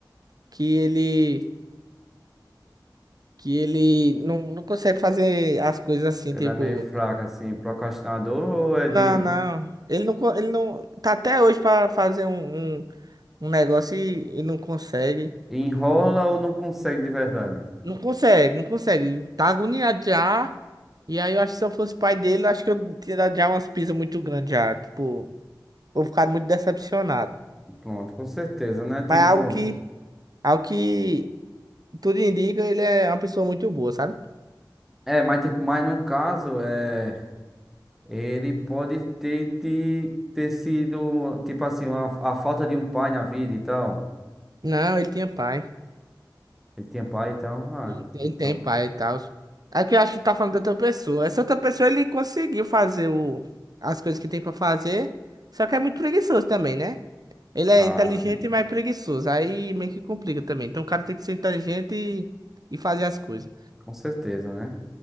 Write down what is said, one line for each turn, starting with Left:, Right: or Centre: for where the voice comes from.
Right: que ele. Que ele não, não consegue fazer as coisas assim,
Centre: Ele
Right: tipo.
Centre: é meio fraco, assim, procrastinador, ou é
Right: Não,
Centre: de
Right: não. Ele não, co- ele não. Tá até hoje pra fazer um, um- um negócio e, e não consegue.
Centre: enrola ou não consegue de verdade.
Right: Não consegue, não consegue. Tá agoniado já. E aí eu acho que se eu fosse pai dele, acho que eu teria dado já umas pisas muito grandes já. Tipo, vou ficar muito decepcionado.
Centre: E Pronto, com certeza, né? Tipo,
Right: Mas é algo que, algo que tudo indica, ele é uma pessoa muito boa, sabe?
Centre: é, mas tipo, mas no caso, é, ele pode ter, te- ter, sido, tipo assim, uma- a falta de um pai na vida e tal.
Right: Não, ele tinha pai.
Centre: Ele tinha pai e tal. Ah,
Right: Ele ele
Centre: então,
Right: tem pai e tal. É que eu acho que tá falando de outra pessoa. Essa outra pessoa, ele conseguiu fazer o, as coisas que tem pra fazer. Só que é muito preguiçoso também, né? Ele é
Centre: ah,
Right: inteligente,
Centre: sim,
Right: mas preguiçoso. Aí meio que complica também. Então o cara tem que ser inteligente e, e fazer as coisas.
Centre: com certeza, né?